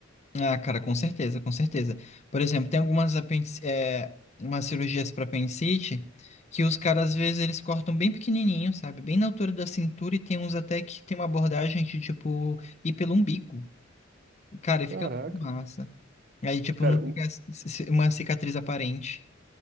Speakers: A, on the left; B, on the right.
A: Ah, cara, com certeza, com certeza. Por exemplo, tem algumas apendici- é, umas cirurgias para apendicite que os caras, às vezes, eles cortam bem pequenininho, sabe? Bem na altura da cintura e tem uns até que tem uma abordagem de, tipo, ir pelo umbigo. Cara, e fica
B: Caraca.
A: muito massa. Aí, tipo,
B: Cara,
A: não fica
B: o,
A: c- c- uma cicatriz aparente.